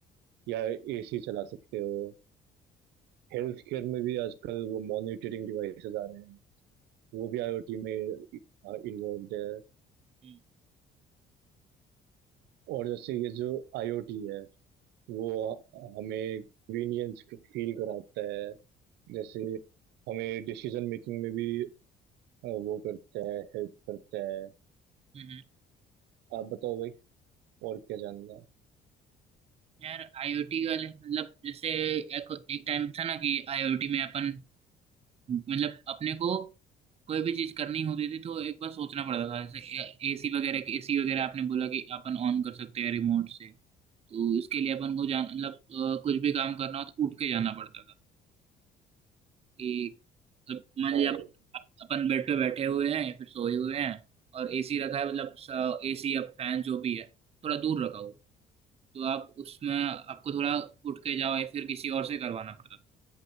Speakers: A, on the right (about 85°); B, on the right (about 35°).
A: या एसी चला सकते हो हेल्थ केयर में भी आजकल वो मॉनिटरिंग डिवाइसेस आ रहे हैं वो भी आईओटी में इन्वॉल्व है
B: हम्म,
A: और जैसे ये जो आईओटी है वो हमें कन्वीनियंस फील कराता है जैसे हमें डिसीजन मेकिंग में भी अ, वो करता है हेल्प करता है
B: हम्म।
A: आप बताओ भाई और क्या जानना है
B: यार आईओटी वाले मतलब जैसे एक एक टाइम था ना कि आईओटी में अपन मतलब अपने को कोई भी चीज करनी होती थी तो एक बार सोचना पड़ता था जैसे एसी वगैरह एसी वगैरह आपने बोला कि अपन ऑन कर सकते हैं रिमोट से तो इसके लिए अपन को जान मतलब अ, कुछ भी काम करना हो तो उठ के जाना पड़ता था कि मतलब मान
A: हाँ
B: लिया अप-
A: भाई
B: अपन बेड पे बैठे हुए हैं फिर सोए हुए हैं और एसी रखा है मतलब एसी या फैन जो भी है थोड़ा दूर रखा हुआ है तो आप उसमें आपको थोड़ा उठ के जाओ या फिर किसी और से करवाना पड़ता था